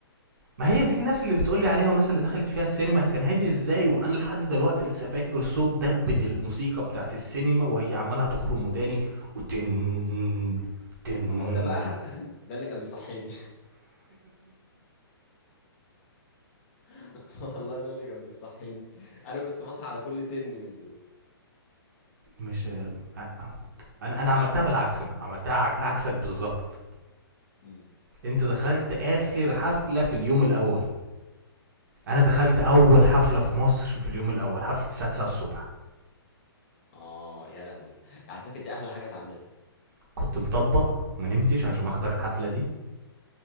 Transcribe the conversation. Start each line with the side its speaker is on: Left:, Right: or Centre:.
Right: ما هي دي الناس اللي بتقول لي عليها والناس اللي دخلت فيها السينما كان هادي ازاي وانا لحد دلوقتي لسه فاكر صوت دبة الموسيقى بتاعت السينما وهي عمالة تخرم وداني وتن تن
Left: ما هو ده بقى <laughs> ده اللي كان بيصحيني <laughs> والله ده اللي كان بيصحيني انا كنت بصحى على كل تن من دول
Right: مش ال- آه، آه. انا انا عملتها بالعكس ما. عملتها عك- عكسك بالظبط
Left: امم
Right: انت دخلت اخر حفلة في اليوم الاول انا دخلت
Left: ايوه
Right: اول حفلة في مصر في اليوم الاول حفلة الساعة 9 الصبح
Left: اه يا لهوي على فكرة دي احلى حاجة تعملها
Right: كنت مطبق ما نمتش عشان احضر الحفله دي